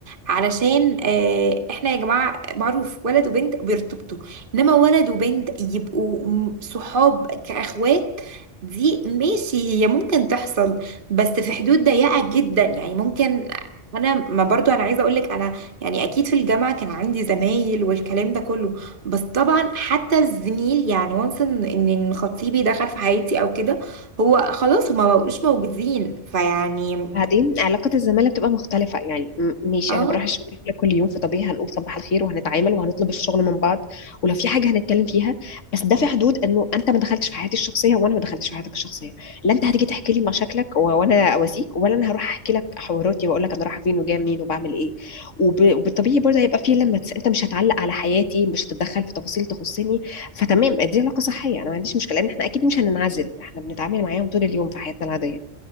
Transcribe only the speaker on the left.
بعدين علاقة الزمالة بتبقى مختلفة يعني م- ماشي
أنا بروح الشغل كل يوم فطبيعي هنقول صباح الخير وهنتعامل وهنطلب الشغل من بعض ولو في حاجة هنتكلم فيها بس ده في حدود إنه أنت ما دخلتش في حياتي الشخصية وأنا ما دخلتش في حياتك الشخصية لا أنت هتيجي تحكي لي مشاكلك و- وأنا أواسيك ولا أنا هروح أحكي لك حواراتي وأقول لك أنا رايحة فين وجاية منين وبعمل إيه وب... وبالطبيعي برضه هيبقى في لما تس... أنت مش هتعلق على حياتي مش هتتدخل في تفاصيل تخصني فتمام دي علاقة صحية أنا ما عنديش مشكلة لأن إحنا أكيد مش هننعزل إحنا بنتعامل معاهم طول اليوم في حياتنا العادية